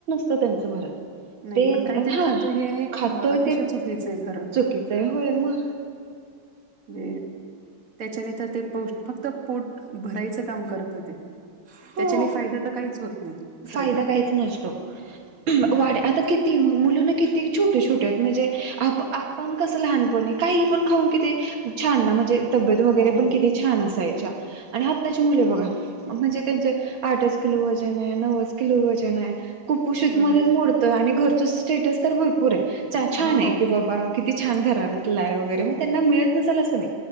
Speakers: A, on the right (about 70°); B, on the right (about 40°).
A: त्यांच भरत
B: नाही
A: ते
B: पण काहीतरी
A: हा
B: खातोय हे
A: खातातोय
B: अ, अतिशय
A: ते
B: चुकीचं आहे खरं.
A: चुकीचं आहे होय, म
B: म्हणे त्याच्याने तर ते प फक्त पोट भरायचं काम करत ते
A: हो
B: त्याच्याने फायदा तर काहीच होत नाही खर
A: फायदा
B: तर.
A: काहीच नसतो
B: हं.
A: वाढ आता किती मुलाना किती, छोटे छोटे आहेत म्हणजे आप आपण कसं लहानपणी काही पण खाऊन कि छान ना म्हणजे, तब्येत वगैरे
B: हो
A: पण किती छान असायच्या आणि आत्ताची मुले बघा म्हणजे त्यांचे, आठच कलो वजन आहे. नऊच किलो वजन आहे. कुपोषित
B: हो
A: मध्ये
B: ना.
A: मोडतो, घर च स्टेटस तर भरपूर आहे. छान
B: हो
A: आहे कि बाबा किती छान घराण्यातलाय वगैरे मग त्यांना मिळत नसाल अस नाही.